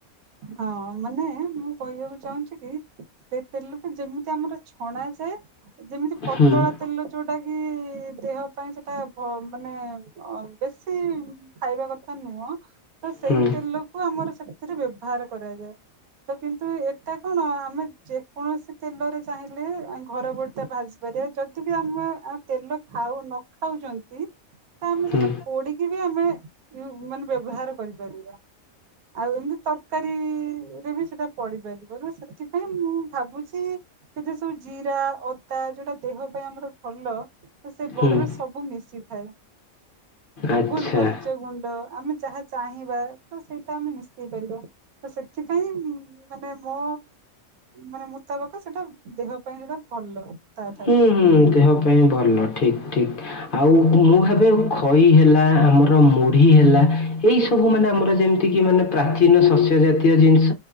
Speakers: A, on the right; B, on the left.
A: ହଁ ମାନେ ମୁଁ କହିବାକୁ ଚାହୁଁଚି କି ସେ ତେଲକୁ ଯେମିତି ଆମର ଛଣା ଯାଏ ଯେମିତି ପତଳା
B: ହୁଁ
A: ତେଲ ଯୋଉଟା କି ଦେହ ପାଇଁ ସେଟା ଭ ମାନେ ବେଶୀ ଖାଇବା କଥା ନୁହଁ। ତ ସେଇ
B: ହୁଁ
A: ତେଲକୁ ଆମର ସେଥିରେ ବ୍ୟବହାର କରାଯାଏ। ତ କିନ୍ତୁ ଏଟା କଣ ଆମେ ଯେକୌଣସି ତେଲରେ ଚାହିଁଲେ ଘର ବଡି ଭାଜିବ ଯଦି ଆମ ତେଲ ଖାଉ ନଖାଉଚନ୍ତି ତ ଆମେ
B: ହୁଁ
A: ସେଟା ପୋଡିକି କି ଆମେ ମାନେ ବ୍ୟବହାର କରିପାରିବା ଆଉ ଏମତି ତ ରକାରୀରେ ବି ସେଟା ପଡିପାରିବ ସେଥିପାଇଁ ମୁଁ ଭାବୁଛି ଏ ଯେ ସବୁ ଜି ରା ଅଦା ଯୋଉଟା ଦେହ ପାଇଁ ଆମର ଭଲ। ସେ ବରିରେ
B: ହୁଁ
A: ସବୁ ମିଶିଥାଏ
B: ଆଚ୍ଛା
A: ଗୋଲମରିଚ ଗୁଣ୍ଡ ଆମେ ଯାହା ଚାହିଁବା ତ ସେଇଟା ଆମେ ମିଶେଇ ପାରିବା ତ ସେଥିପାଇଁ ମାନେ ମୋ ମାନେ ମୁତାବକ ସେଟା ଦେହ ପାଇଁ ସେଟା ଭଲ। ତା ଠାରୁ
B: ହୁଁ ହୁଁ ଦେହ ପାଇଁ ଭଲ ଠିକ ଠିକ ଆଉ ମୁଁ ଭାବେ ଖଇ ହେଲା ଆମର ମୁଢି ହେଲା ଏଇ ସବୁ ମାନେ ଆମର ଯେମିତି କିି ମାନେ ପ୍ରାଚୀନ ଶସ୍ୟ ଜାତୀୟ ଜିନିଷ